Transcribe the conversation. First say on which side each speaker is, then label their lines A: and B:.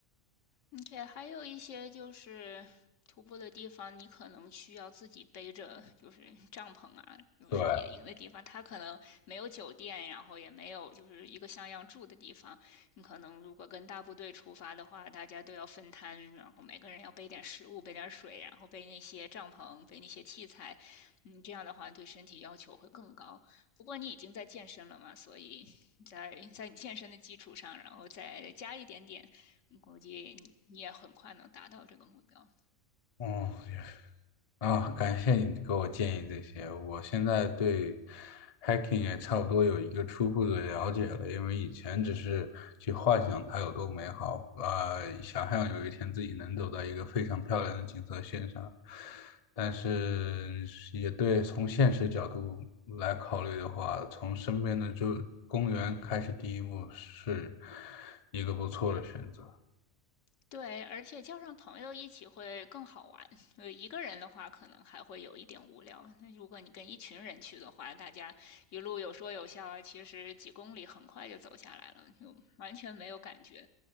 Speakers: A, on the left (about 65°); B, on the left (about 35°).
A: 而且还有一些就是徒步的地方，你可能需要自己背着，就是帐篷啊，就是野营的地方，
B: 对，
A: 它可能没有酒店，然后也没有就是一个像样住的地方。你可能如果跟大部队出发的话，大家都要分摊，然后每个人要背点食物、背点水，然后背那些帐篷、背那些器材。嗯，这样的话对身体要求会更高。不过你已经在健身了嘛，所以在在你健身的基础上，然后再加一点点，估计你你也很快能达到这个目标。
B: 哦，也啊，感谢你给我建议这些。我现在对 hacking 也差不多有一个初步的了解了，因为以前只是去幻想它有多美好，呃，想象有一天自己能走到一个非常漂亮的景色线上。但是也对，从现实角度来考虑的话，从身边的就公园开始第一步是一个不错的选择。
A: 对，而且叫上朋友一起会更好玩。呃，一个人的话可能还会有一点无聊。那如果你跟一群人去的话，大家一路有说有笑啊，其实几公里很快就走下来了，就完全没有感觉。